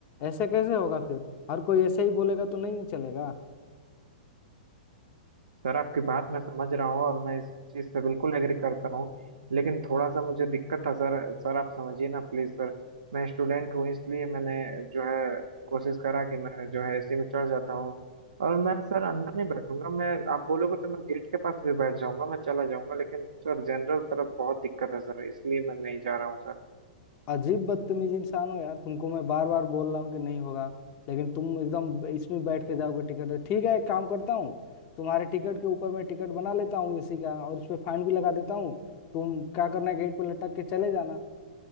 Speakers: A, on the left; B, on the right.
A: ऐसे कैसे होगा फिर हर कोई ऐसे ही बोलेगा तो नहीं चलेगा
B: सर आपकी बात मैं समझ रहा हूँ और मैं इस चीज़ से बिल्कुल एग्री करता हूँ लेकिन थोड़ा सा मुझे दिक्कत था सर सर आप समझिए ना प्लीज़ सर मैं स्टूडेंट हूँ इसलिए मैंने जो है कोशिश करा कि मैं जो है एसी में चढ़ जाता हूँ और मैं सर अंदर नहीं बैठूंगा मैं आप बोलोगे तो मैं गेट के पास भी बैठ जाऊंगा मैं चला जाऊंगा लेकिन सर जनरल तरफ बहुत दिक्कत है सर इसलिए मैं नहीं जा रहा हूँ सर
A: अजीब बदतमीज इंसान हो यार तुमको मैं बार बार बोल रहा हूँ कि नहीं होगा लेकिन तुम एकदम इसमें बैठ के जाओगे टिकट ठीक है एक काम करता हूँ तुम्हारे टिकट के ऊपर मैं टिकट बना लेता हूँ एसी का और उस पर फाइन भी लगा देता हूँ तुम क्या करना है, गेट पे लटक के चले जाना